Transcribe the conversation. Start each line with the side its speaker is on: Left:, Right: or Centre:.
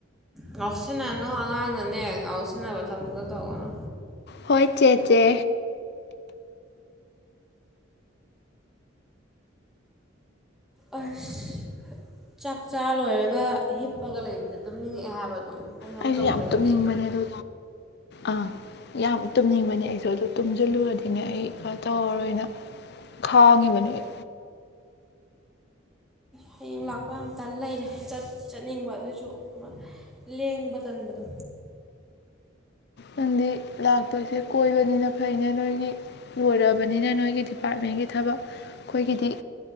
Centre: ꯉꯥꯎꯁꯤꯟꯅꯅꯨ ꯑꯉꯥꯡꯅꯅꯦ ꯉꯥꯎꯁꯤꯟꯅꯕ ꯊꯕꯛꯇꯣ ꯇꯧꯒꯅꯨ
Left: ꯍꯣꯏ ꯆꯦ ꯆꯦ
Centre: ꯑꯥꯁ ꯆꯥꯛ ꯆꯥ ꯂꯣꯏꯔꯒ ꯍꯤꯞꯄꯒ ꯂꯩꯕꯖꯦ ꯇꯨꯝ ꯅꯤꯡꯉꯛꯑꯦ ꯍꯥꯏꯕ ꯑꯗꯨꯝ ꯀꯩꯅꯣꯝ
Left: ꯑꯩꯖꯨ
Centre: ꯇꯧꯗ꯭ꯔꯒꯗꯤ
Left: ꯌꯥꯝ ꯇꯨꯝꯅꯤꯡꯕꯅꯦ ꯑꯗꯨ ꯑꯥ ꯌꯥꯝ ꯇꯨꯝꯅꯤꯡꯕꯅꯦ ꯑꯩꯖꯨ ꯑꯗꯨ ꯇꯨꯝꯖꯤꯜꯂꯨꯔꯗꯤꯅꯦ ꯑꯩ ꯀꯩꯅꯧꯇꯧꯔꯔꯣꯏꯅ ꯈꯥꯡꯉꯤꯕꯅꯤ ꯑꯩ
Centre: ꯍꯌꯦꯡ ꯂꯥꯛꯄ ꯌꯥꯝ ꯇꯜ ꯂꯩꯔꯦ ꯆꯠꯇꯤ ꯆꯠꯅꯤꯡꯕ ꯑꯗꯨꯖꯨ ꯂꯦꯡꯕ ꯇꯟꯕꯗꯣ
Left: ꯅꯪꯗꯤ ꯂꯥꯛꯇꯣꯏꯖꯦ ꯀꯣꯏꯕꯅꯤꯅ ꯐꯩꯅꯦ ꯅꯣꯏꯗꯤ ꯄꯨꯔꯕꯅꯤꯅ ꯅꯣꯏꯒꯤ ꯗꯤꯄꯥꯔꯠꯃꯦꯟꯒꯤ ꯊꯕꯛ ꯑꯩꯈꯣꯏꯒꯤꯗꯤ